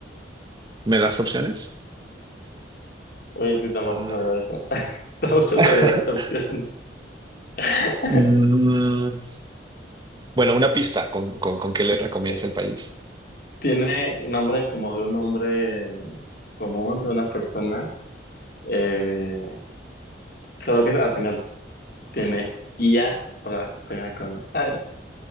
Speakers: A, on the right; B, on the left.
A: ¿Me das opciones?
B: Oye, sí, tampoco
A: Ah.
B: sabía esto. <laughs> Tampoco
A: <laughs>
B: sabía la otra opción. <laughs>
A: Mm, bueno, una pista, ¿con, con, con qué letra comienza
B: Eh,
A: el país?
B: Tiene nombre como de un hombre común, de una persona. eh, solo que al final tiene IA, o sea, termina con... Ay,